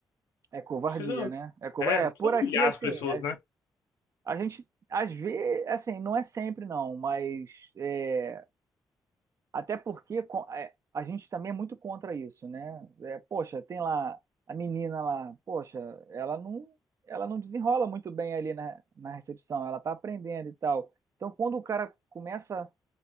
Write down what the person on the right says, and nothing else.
É covardia,
né? É, cova-
é
por
aqui
assim,
a,
a gente às vezes, assim, não é sempre não, mas é, Até porque co- é, a gente também é muito contra isso, né? É, poxa, tem lá a menina lá, poxa, ela não, ela não desenrola muito bem ali na, na recepção, ela tá aprendendo e tal. Então, quando o cara começa